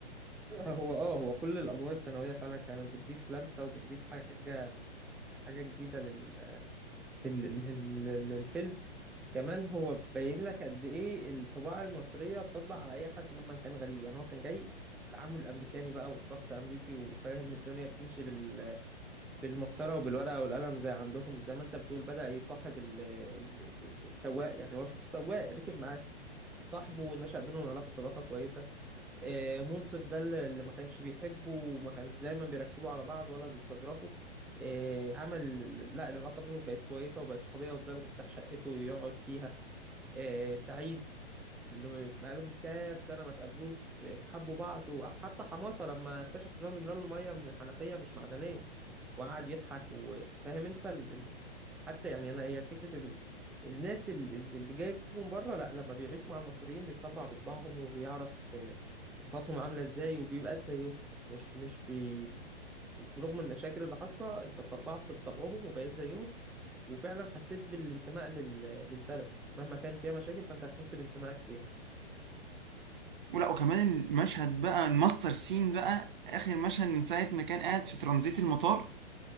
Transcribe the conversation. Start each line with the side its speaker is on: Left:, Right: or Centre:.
Centre: هو اه هو كل الادوار الثانويه فعلا كانت بتضيف لمسه وبتضيف حاجه حاجه جديده لل... لل... لل... للفيلم كمان هو باين لك قد ايه الطباع المصرية بتطبع على اي حد مهما كان غريب يعني هو كان جاي تعامل امريكاني بقى وشخص امريكي وفاهم الدنيا بتمشي بال... بالمسطرة وبالورقة والقلم زي عندهم زي ما انت بتقول بدأ يصاحب ال... ال... ال- السواق يعني هو شخص سواق ركب معاه صاحبه ونشأ بينهم علاقة صداقة كويسة آه، منصف ده اللي اللي ما كانش بيحبه وما كانش دايما بيركبوا على بعض ولا بيستظرفوا آه، عمل لا العلاقة بينهم بقت كويسة وبقت صحوبية واداله مفتاح شقته يقعد فيها آه، سعيد اللي بقالهم كام سنة ما تقابلوش آه، حبوا بعض وحتى حماسة لما اكتشف إن هو بيملى له المية من الحنفية مش معدنية وقعد يضحك وفاهم أنت ال... ال- حتى يعني أنا هي فكرة إن الناس ال- ال- اللي جاية من بره لا لما بيعيش مع المصريين بيتطبع بطباعهم وبيعرف آه، صفاتهم عاملة إزاي وبيبقى زيهم مش مش بي... برغم المشاكل اللي حاصله انت اتطبعت بطبعهم وبقيت زيهم وفعلا حسيت بالانتماء لل... للبلد مهما كان فيها مشاكل فانت هتحس بانتمائك ليها
Right: ولا وكمان المشهد بقى الماستر سين بقى اخر مشهد من ساعه ما كان قاعد في ترانزيت المطار